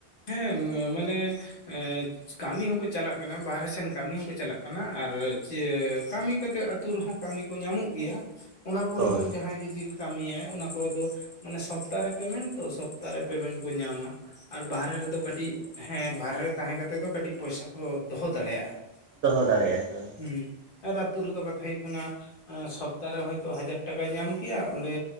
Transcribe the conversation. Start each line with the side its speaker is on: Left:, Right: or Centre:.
Left: ᱦᱮᱸ ᱢᱟᱱᱮ ᱮᱸ ᱠᱟᱹᱢᱤ ᱦᱚᱸᱠᱚ ᱪᱟᱞᱟᱜ ᱠᱟᱱᱟ, ᱵᱟᱦᱨᱮ ᱥᱮᱱ ᱠᱟᱹᱢᱤ ᱦᱚᱸᱠᱚ ᱪᱟᱞᱟᱜ ᱠᱟᱱᱟ ᱾ ᱟᱨ ᱪᱮ ᱠᱟᱹᱢᱤ ᱠᱟᱛᱮᱫ ᱟᱹᱛᱩᱳ ᱨᱮᱦᱚᱸ ᱠᱟᱹᱢᱤ ᱠᱚ ᱧᱟᱢᱚᱜ ᱜᱮᱭᱟ, ᱚᱱᱟ ᱠᱚᱨᱮ
Right: ᱦᱳᱭ
Left: ᱦᱚᱸ ᱡᱟᱦᱟᱸᱭ ᱡᱩᱫᱤ ᱠᱟᱹᱢᱤᱟᱭ ᱚᱱᱟ ᱠᱚᱨᱮ ᱫᱚ ᱢᱟᱱᱮ ᱥᱚᱯᱛᱟᱦᱚ ᱨᱮ ᱯᱮᱢᱮᱴ ᱛᱚ ᱥᱚᱯᱛᱟᱦᱚᱨᱮ ᱯᱮᱢᱮᱱᱴ ᱠᱚ ᱧᱟᱢᱟ ᱾ ᱟᱨ ᱵᱟᱨᱦᱨᱮ ᱨᱮᱫᱚ ᱠᱟᱹᱴᱤᱡ ᱦᱮᱸ ᱵᱟᱨᱦᱨᱮ ᱨᱮ ᱛᱟᱦᱮᱸ ᱠᱟᱛᱮᱫ ᱫᱚ ᱠᱟᱹᱴᱤᱡ ᱯᱚᱭᱥᱟ ᱠᱚ ᱫᱚᱦᱚ ᱫᱟᱲᱮᱭᱟᱜᱼᱟ ᱾
Right: ᱫᱚᱦᱚ ᱫᱟᱲᱮᱭᱟᱜᱼᱟ ᱠᱚ ᱾
Left: ᱦᱩᱸ ᱟᱨ ᱟᱹᱛᱩᱳ ᱨᱮᱫᱚ ᱠᱟᱛᱷᱟ ᱦᱩᱭᱩᱜ ᱠᱟᱱᱟ ᱥᱚᱯᱛᱟᱦᱚᱨᱮ ᱦᱚᱳᱭᱛᱳ ᱦᱟᱡᱟᱨ ᱴᱟᱠᱟᱭ ᱧᱟᱢ ᱠᱮᱭᱟ, ᱚᱸᱰᱮ